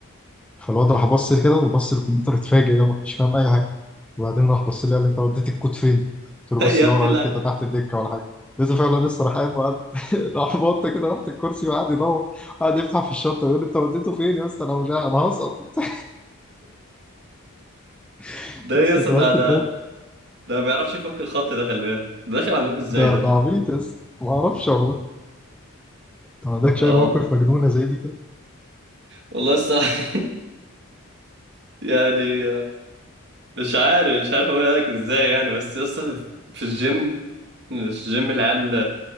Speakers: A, in the centre; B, on the right.
A: فالواد راح بص لي كده وبص للكمبيوتر اتفاجئ يا ما كانش فاهم اي حاجه وبعدين راح بص لي قال لي انت وديت الكود فين؟
B: <laughs>
A: قلت له بص
B: يا ابني
A: دور عليه
B: لا
A: كده تحت الدكه ولا حاجه لقيته فعلا لسه راح قايم وقعد <laughs> راح بط كده تحت الكرسي وقعد يدور وقعد يفتح في الشنطه يقول لي انت وديته فين يا اسطى انا مش عارف انا هسقط وبتاع <laughs>
B: ده
A: يا
B: يس
A: اسطى كان
B: ده
A: حته
B: ده
A: موقف
B: ده ما بيعرفش يفك الخط ده خلي بالك ده داخل عندكم ازاي
A: ده
B: ده
A: ده عبيط يا اسطى ما اعرفش والله انت ما عندكش
B: اه
A: اي موقف
B: والله
A: مجنونه زي دي كده
B: والله الصح <laughs> يعني مش عارف مش عارف اقولها لك ازاي يعني بس اصلا في الجيم مش جيم العيال